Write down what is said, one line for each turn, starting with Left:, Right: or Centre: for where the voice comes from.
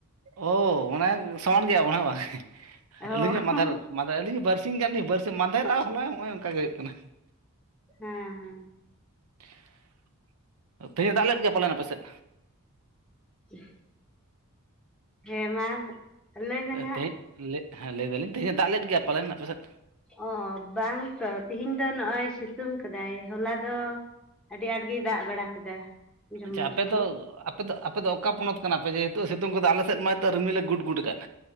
Right: ᱚᱻ ᱢᱟᱱᱮ ᱥᱚᱢᱟᱱ ᱜᱮᱭᱟ ᱵᱚᱱ ᱦᱟᱸᱜ ᱵᱟᱝ
Centre: ᱚ
Right: ᱟᱹᱞᱤᱧ ᱦᱚᱸ
Centre: ᱦᱮᱸ
Right: ᱢᱟᱫᱷᱮᱨ ᱢᱟᱫᱷᱮᱨ ᱟᱹᱞᱤᱧ ᱦᱚᱸ ᱵᱟᱨ <unintelligible> ᱾ <unintelligible> ᱜᱟᱱ ᱵᱟᱨᱥᱤ ᱢᱟᱫᱷᱮᱨ ᱦᱚᱞᱟ ᱱᱚᱜᱼᱚᱭ ᱚᱱᱠᱟ ᱜᱮ ᱦᱩᱭᱩᱜ ᱠᱟᱱᱟ
Centre: ᱦᱮᱸ
Right: <unintelligible> ᱾ ᱛᱮᱦᱮᱧᱮ ᱫᱟᱜ ᱞᱮᱫ ᱜᱮᱭᱟ ᱯᱟᱞᱮᱱ ᱟᱯᱮ ᱥᱮᱫ?
Centre: <inaudible> ᱦᱮᱸ ᱢᱟ᱾ ᱞᱟᱹᱭ ᱢᱮ
Right: <unintelligible>
Centre: ᱱᱟᱦᱟᱜ
Right: ᱛᱮᱦᱮᱪ ᱞᱮ ᱞᱟᱹᱭᱮᱫᱟ ᱞᱤᱧ ᱛᱮᱦᱮᱧᱮ ᱫᱟᱜ ᱞᱮᱫ ᱜᱮᱭᱟ ᱯᱟᱞᱮᱱ ᱟᱯᱮᱥᱮᱫ?
Centre: ᱚ ᱵᱟᱝ ᱛᱚ ᱛᱤᱦᱤᱧ ᱫᱚ ᱱᱚᱜᱼᱚᱭ ᱥᱤᱛᱩᱝ ᱠᱟᱫᱟᱭ, ᱦᱚᱞᱟ ᱫᱚ? ᱟᱹᱰᱤ ᱟᱸᱴ ᱜᱮᱭ ᱫᱟᱜ ᱵᱟᱲᱟ ᱠᱮᱫᱟ᱾ ᱡᱷᱚᱢᱚᱨ
Right: ᱟᱪᱪᱷᱟ ᱟᱯᱮ
Centre: ᱡᱷᱚᱢᱚᱨ
Right: ᱫᱚ? <unintelligible> ᱟᱯᱮ ᱫᱚ ᱚᱠᱟ ᱯᱚᱱᱚᱛ ᱠᱟᱱᱟᱯᱮ? ᱡᱮ ᱦᱤᱛᱩᱜ ᱥᱤᱛᱩᱝ ᱠᱚᱫᱚ ᱟᱞᱮ ᱥᱮᱫ ᱢᱟ ᱱᱤᱛᱚᱜ ᱨᱤᱢᱤᱞᱮ ᱜᱩᱰ ᱜᱩᱰ ᱟᱠᱟᱫ᱾